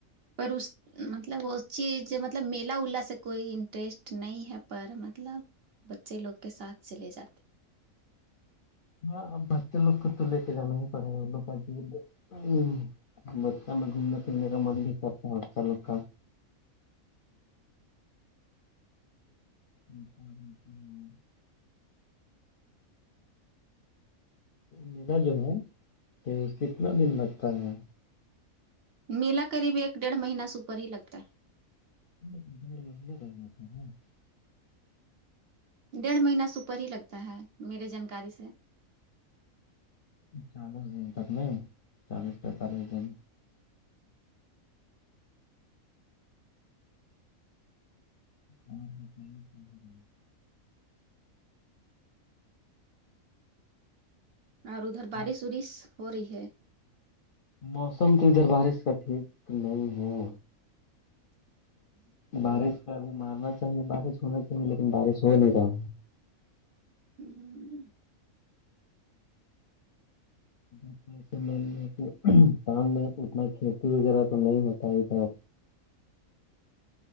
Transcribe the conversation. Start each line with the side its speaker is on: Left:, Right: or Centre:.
Right: پر اس مطلب وہ چیز مطلب میلا ولا سے کوئی انٹرسٹ نہیں ہے پر مطلب بچے لوگ کے ساتھ چلے جاتے
Left: ہاں بچے لوگ کو تو لے کے جانا ہی پڑیگا <unintelligible> ھمم بچہ میں گھومنے پھرنے کا من بھی کرتا بچہ لوگ کا <unintelligible> ملا جو ہے کتنا دن لگتا ہے
Right: نیلا قریب ایک ڈیڑھ مہینہ سے اوپر ہی لگتا ہے
Left: <unintelligible>
Right: ڈیڑھ مہینہ سے اوپر ہی لگتا ہے میرے جانکاری سے
Left: چالیس دن تک نہیں چالیس پینتالیس دن ہاں <unintelligible>
Right: اور ادھر بارش
Left: آپ
Right: وارش ہو رہی ہے
Left: موسم تو ادھر بارش کا ٹھیک نہیں ہے بارش کا بھی ماننا چاہیے بارش ہونا چاہیے لیکن بارش ہو نہیں رہا
Right: ہوں
Left: <unintelligible> باند میں اتنا کھیتی وغیرہ تو نہیں ہوتا ادھر